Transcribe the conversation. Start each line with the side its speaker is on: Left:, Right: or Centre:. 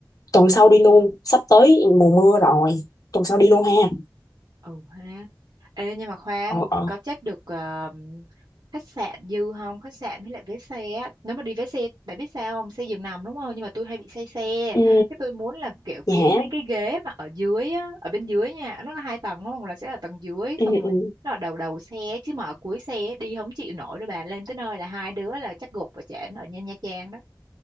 Left: tuần sau đi luôn sắp tới mùa mưa rồi tuần sau đi luôn ha
Right: ừ ha ê nhưng mà khoan
Left: ờ ờ
Right: có check được ờ, khách sạn dư không khách sạn với lại vé xe á nếu mà đi vé xe bạn biết sao không xe giường nằm đúng không nhưng mà tôi hay bị say xe
Left: ừ
Right: cái tôi muốn là kiểu
Left: dạ
Right: kiếm mấy cái ghế mà ở dưới á ở bên dưới nha nó có hai tầng đúng không là sẽ ở tầng dưới
Left: ừ
Right: xong rồi
Left: ừ
Right: nó ở đầu đầu xe chứ mà ở cuối xe đi không chịu nổi đâu bà lên tới nơi là hai đứa là chắc gục và trển ở Nha Nha Trang đó